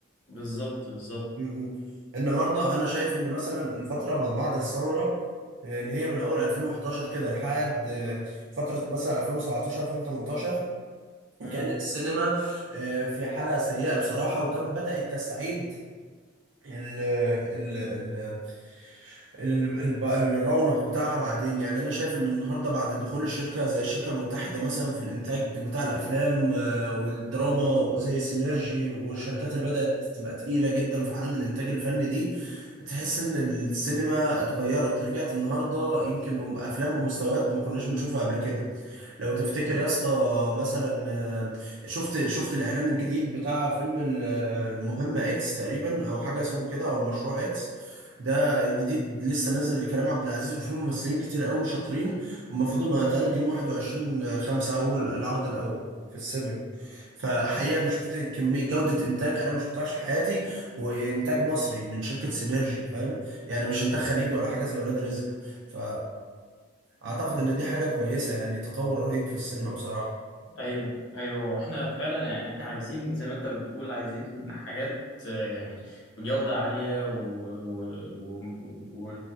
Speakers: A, on the left; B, on the right.
A: بالظبط بالظبط
B: مهم. النهارده انا شايف ان مثلا الفتره ما بعد الثوره آه، اللي هي من اول 2011 كده لحد آه، فتره مثلا 2017 2018
A: امم
B: كانت السينما آه، في حاله سيئه بصراحه وكان بدات تستعيد ال ال ال- الب- الرونق بتاعها بعدين يعني انا شايف ان النهارده بعد دخول الشركه زي الشركه المتحده مثلا في الانتاج بتاع الافلام آه، والدراما زي سينرجي والشركات اللي بدات تبقى تقيله جدا في عالم الانتاج الفني دي تحس ان السينما اتغيرت رجعت النهارده يمكن بافلام بمستويات ما كناش بنشوفها قبل كده لو تفتكر يا اسطى مثلا آه، شفت شفت الاعلان الجديد بتاع فيلم ال- آه، المهمة اكس تقريبا او حاجة اسمه كده او المشروع اكس ده جديد لسه نازل لكريم عبد العزيز وفيه ممثلين كتير قوي شاطرين المفروض انه هيتعرض يوم 21 5 اول العرض الاول في السينما فحقيقة انا شفت كمية جودة انتاج انا ما شفتهاش في حياتي وانتاج مصري من شركة سينرجي فاهم يعني مش انتاج خليجي ولا حاجة زي ولاد رزق ف اعتقد ان دي حاجة كويسة يعني تطور رهيب في السينما بصراحة
A: ايوه ايوه احنا فعلا يعني احنا عايزين زي ما انت بتقول عايزين حاجات آه، يعني بجودة عالية و, و... و... و...